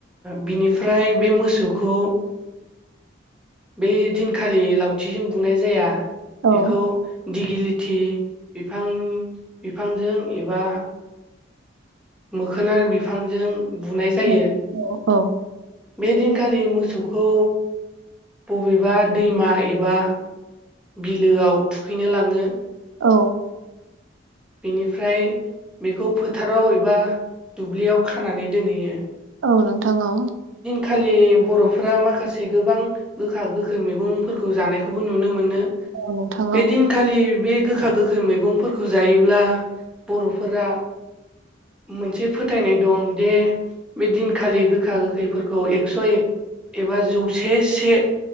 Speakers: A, in the centre; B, on the right.
A: बिनिफ्राय बे मोसौखौ बे दिनखालि लावथिजों बुंनाय जाया।
B: औ
A: बेखौ दिगिलिथि बिफां फांजों एबा मोखोनार बिफांजों बुनाय जायो।
B: औ औ
A: बे दिनखालि मोसौखौ बबेबा दैमा एबा बिलोआव थुखैनो लाङो।
B: औ।
A: बिनिफ्राय बेखौ फोथाराव एबा दुब्लियाव खानानै दोनहैयो।
B: औ नोंथां औ।
A: खालि बर'फोरा माखासे गोबां गोखा गोखै मैगंफोरखौ जानायखौबो नुनो मोनो।
B: औ नोंथां
A: बेदिन
B: औ
A: खालि बे गोखा गोखै मैगंफोरखौ जायोब्ला बर'फोरा मोनसे फोथायनाय दं दे बे दिनखालि गोखा गो खैफोरखौ एक्स' एक एबा जौसे से